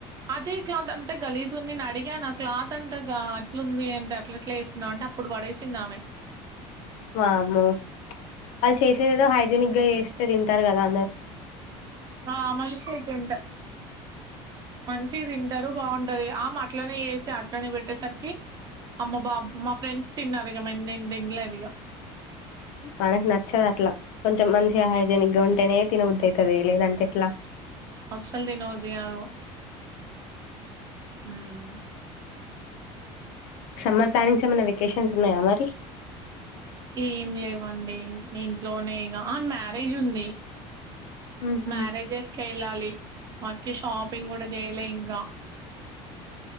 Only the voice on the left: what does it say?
వామ్మో వాళ్ళు చేసేదేదో హైజనిక్ గా చేస్త్ తీరింటారు గాదా
మనకు నచ్చదు అట్లా కొంచెం మంచిగా హైజనిక్ గా ఉంటేనే తినబుద్ది అయితది. లేదంటే ఎట్లా
సమ్మర్ ప్లానింగ్స్ ఏమైనా వెకేషన్స్ ఉన్నాయా మరి
ఉహు